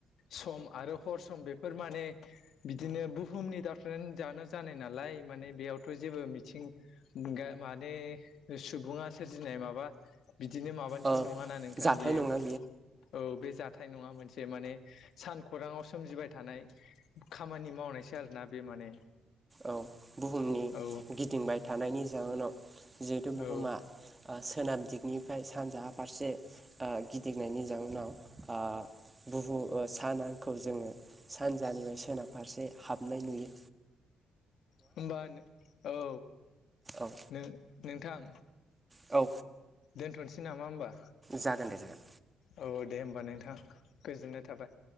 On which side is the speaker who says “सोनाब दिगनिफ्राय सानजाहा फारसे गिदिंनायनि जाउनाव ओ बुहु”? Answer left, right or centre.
Right